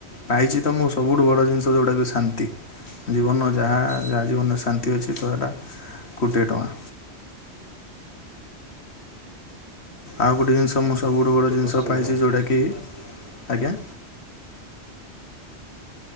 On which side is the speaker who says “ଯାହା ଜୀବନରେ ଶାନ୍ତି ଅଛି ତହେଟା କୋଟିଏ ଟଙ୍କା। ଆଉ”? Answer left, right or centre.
Left